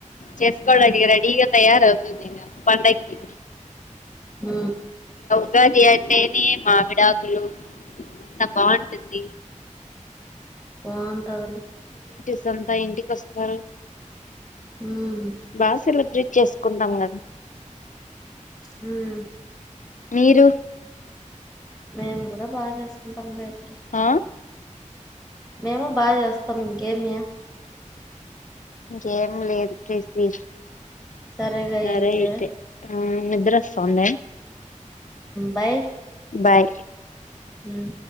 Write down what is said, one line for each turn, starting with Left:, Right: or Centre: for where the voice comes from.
Left: చేస్కోగ రెడిగ తయారవుతుంది ఇగ పండకి
Centre: మ్
Left: ఉగాది అంటేనీ మామిడాకులు అంత బాగుంటుంది
Centre: పోన్ అవును
Left: స్ అంతా ఇంటికి వస్తారు
Centre: మ్మ్
Left: బ సెలెబ్రేట్ చేసుకుంటాం కదా
Centre: మ్
Left: మీరు
Centre: మేము కూడా బాగా చేస్ బంగా <unintelligible>
Left: ఆ
Centre: మేము బాగా చేస్తాం ఇంకేమి
Left: ఇంకా ఏం లేదు ప్రీసి
Centre: సరేగా
Left: సరే
Centre: అయితే
Left: ఆ నిద్రొస్తుందా
Centre: బాయ్
Left: బాయ్
Centre: మ్